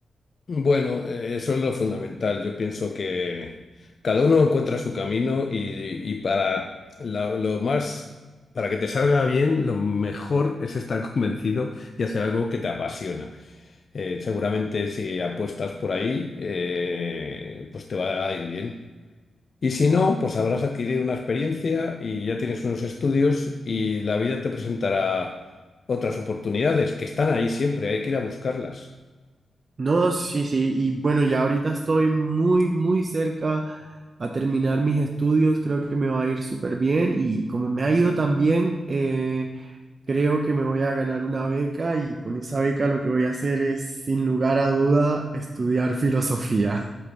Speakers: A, on the left; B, on the right.
A: Bueno, eh, eso es lo fundamental. Yo pienso que cada uno encuentra su camino y, y para la- lo más, para que te salga bien, lo mejor es estar <laughs> convencido y hacer algo que te apasiona. Eh, seguramente si apuestas por ahí, eh, pues te va a ir bien. Y si no, pues habrás adquirido una experiencia y ya tienes unos estudios y la vida te presentará otras oportunidades que están ahí siempre, hay que ir a buscarlas.
B: No, sí, sí, y bueno, ya ahorita estoy muy, muy cerca a terminar mis estudios, creo que me va a ir súper bien y como me ha ido tan bien, eh, creo que me voy a ganar una beca y con esa beca lo que voy a hacer es, sin lugar a duda, estudiar filosofía.